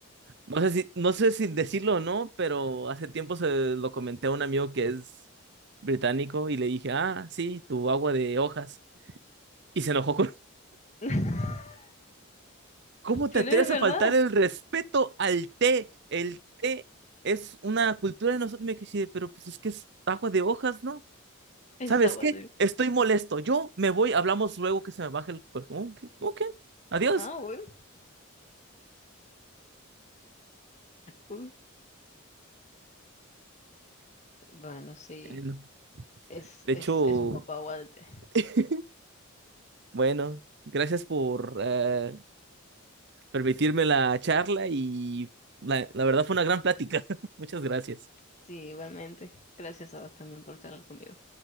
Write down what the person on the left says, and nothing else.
<laughs>
Pero
es verdad,
es
agua
Ah, bueno. uy. Bueno, sí,
es,
es,
es un poco aguante.
Sí, igualmente. Gracias a vos también por charlar conmigo.